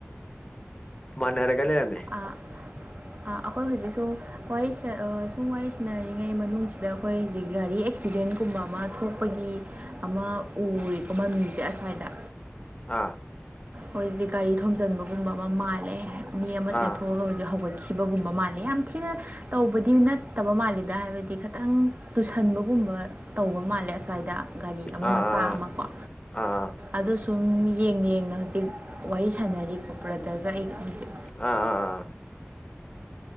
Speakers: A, on the left; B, on the right.
A: ꯃꯥꯟꯅꯔꯒ ꯂꯩꯔꯝꯃꯦ
B: ꯑꯍꯥ ꯑꯥ ꯑꯥ ꯑꯈꯣꯏ ꯍꯧꯖꯤꯛꯁꯨ ꯋꯥꯔꯤ ꯁꯥ ꯑꯥ ꯁꯨꯝ ꯁꯅꯔꯤꯉꯩ ꯃꯅꯨꯡꯁꯤꯗ ꯑꯈꯣꯏ ꯍꯧꯖꯤꯛ ꯒꯥꯔꯤ ꯑꯦꯛꯁꯤꯗꯦꯟꯒꯨꯝꯕ ꯑꯃ ꯊꯣꯛꯄꯒꯤ ꯑꯃ ꯎꯔꯦꯀꯣ ꯃꯃꯤꯖꯦ ꯑꯁ꯭ꯋꯥꯏꯗ
A: ꯑꯥ
B: ꯃꯣꯏꯖꯤꯗꯤ ꯒꯥꯔꯤ ꯊꯣꯝꯖꯤꯟꯕꯒꯨꯝꯕ ꯑꯃ ꯃꯥꯜꯂꯦ ꯃꯤ ꯑꯃ
A: ꯑꯥ
B: ꯆꯦꯟꯊꯣꯛꯑꯒ ꯍꯧꯖꯤꯛ ꯍꯧꯒꯠꯈꯤ ꯊꯤꯕꯒꯨꯝꯕ ꯃꯥꯜꯂꯦ ꯌꯥꯝ ꯊꯤꯅ ꯇꯧꯕꯗꯤ ꯅꯠꯇꯕ ꯃꯥꯜꯂꯤꯗ ꯍꯥꯏꯕꯗꯤ ꯈꯇꯪ ꯇꯨꯁꯟꯕꯒꯨꯝꯕ ꯇꯧꯕ ꯃꯥꯜꯂꯦ ꯑꯁ꯭ꯋꯥꯏꯗ ꯒꯥꯔꯤ ꯑꯃ
A: ꯑꯥ ꯑꯥ
B: ꯃꯆꯥ ꯑꯃꯀꯣ
A: ꯑꯥ ꯑꯥ ꯑꯥ
B: ꯑꯗꯣ ꯁꯨꯝ ꯌꯦꯡꯅ ꯌꯦꯡꯅ ꯍꯧꯖꯤꯛ ꯋꯥꯔꯤ ꯁꯥꯟꯅꯔꯤꯀꯣ ꯕꯔꯗꯔꯒ ꯑꯩꯒ ꯍꯧꯖꯤꯛ
A: ꯑꯥ ꯑꯥ ꯑꯥ ꯑꯥ